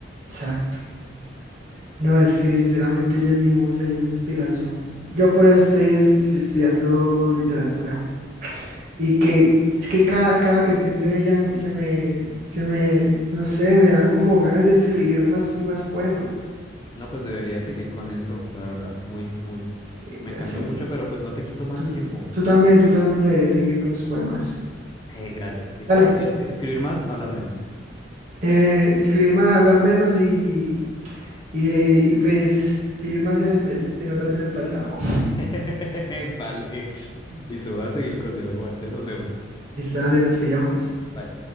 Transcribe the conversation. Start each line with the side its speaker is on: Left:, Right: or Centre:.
Right: o sea, No, es que sinceramente ella es mi musa, ella es mi inspiración. Yo por eso estoy es- estudiando literatura. Y que es que cada, cada que pienso en ella se me, se me, no sé, me da como ganas de escribir más y más poemas.
Left: No, pues debería seguir con eso, la verdad. Muy, muy.
Right: Sí,
Left: Me
Right: voy
Left: encantó
Right: a seguir.
Left: mucho, pero pues no te quito más
Right: Tú,
Left: tiempo.
Right: tú también, tú también deberías seguir con tus poemas.
Left: Eh, gracias. Y
Right: Dale,
Left: hab- es- escribir más, hablar menos.
Right: eh, escribir más, hablar menos y, y, y pues vivir más en el presente, no tanto en el pasado.
Left: <laughs> Vale. Listo, voy a seguir el consejo, Juan. Entonces nos vemos.
Right: Listo, dale, nos pillamos.
Left: Bye.